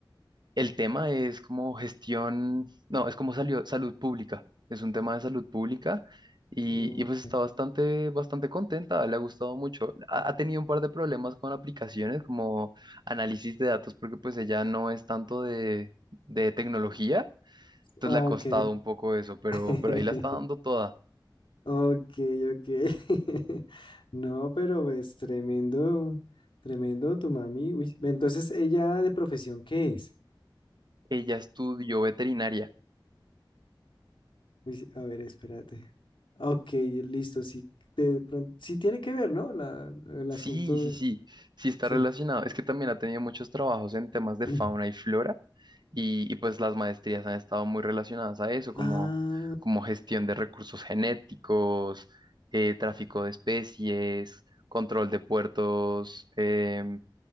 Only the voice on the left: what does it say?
ok,
ok,
<laughs>
ok, ok. <laughs> No, pero es tremendo, tremendo tu mami. Uy, ve, entonces, ¿ella de profesión qué es?
Uy, sí, a ver, espérate. Ok, listo, sí. De pronto, sí tiene que ver, ¿no? La- el
asunto
de...
Sí.
<clears throat>
Ah,